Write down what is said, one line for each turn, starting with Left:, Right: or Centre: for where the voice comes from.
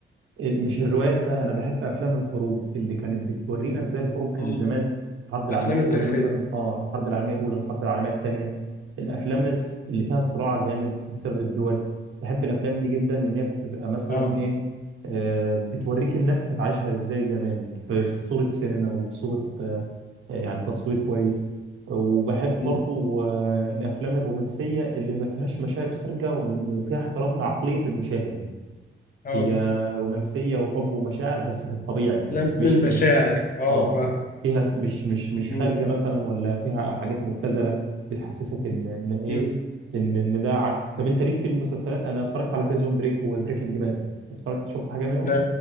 Right: مش الروايات بقى انا بحب افلام الحروب اللي كانت بتورينا ازاي الحروب كانت
Left: مم.
Right: زمان الحرب العالميه
Left: الافلام
Right: الاولى
Left: التاريخيه
Right: مثلا اه الحرب العالميه الاولى الحرب العالميه الثانيه الافلام الس- اللي فيها صراع جامد بسبب الدول بحب الافلام دي جدا لان هي بتبقى مثلا
Left: اه
Right: ايه آه بتوريك الناس كانت عايشه ازاي زمان في صوره سينما وفي صوره آه يعني تصوير كويس وبحب برضو
Left: مم.
Right: آه الافلام الرومانسيه اللي ما فيهاش مشاهد خارجه وفيها احترام لعقليه المشاهد
Left: اه
Right: هي رومانسية وحب ومشاعر بس في الطبيعي
Left: افلام
Right: مش
Left: المشاعر
Right: في ال...
Left: اه
Right: اه
Left: فاهم.
Right: فيها مش مش مش
Left: مم.
Right: خارجة مثلا ولا فيها حاجات مبتذلة بتحسسك ان ان ايه
Left: مم.
Right: ان ان ده عك طب انت ليك في المسلسلات انا اتفرجت على بريزون بريك وبريكنج باد اتفرجت شفت حاجة منهم
Left: ده